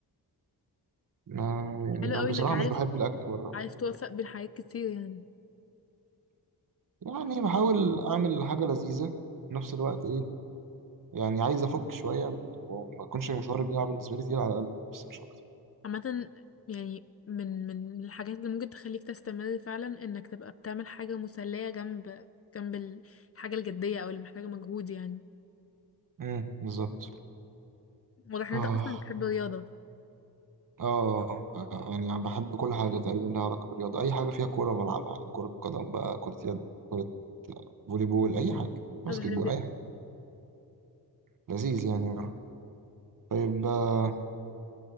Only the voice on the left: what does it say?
حلو
قوي
انك عارف
عارف توفق بين حاجات كتير يعني
عامة يعني من من الحاجات اللي ممكن تخليك تستمر فعلا انك تبقى بتعمل حاجة مسلية جنب جنب ال- الحاجة الجدية او اللي محتاجة مجهود يعني
واضح ان
انت اصلا بتحب الرياضة
طب حلو
جدا